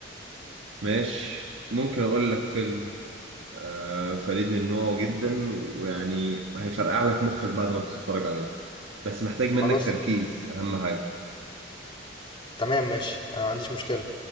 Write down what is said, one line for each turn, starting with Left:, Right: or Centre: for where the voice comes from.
Right: ماشي ممكن أقول لك فيلم آه، فريد من نوعه جدا ويعني هيفرقع لك مخك بعد ما تتفرج عليه بس محتاج منك
Left: خلاص
Right: تركيز اهم حاجه
Left: تمام ماشي أنا ما عنديش مشكلة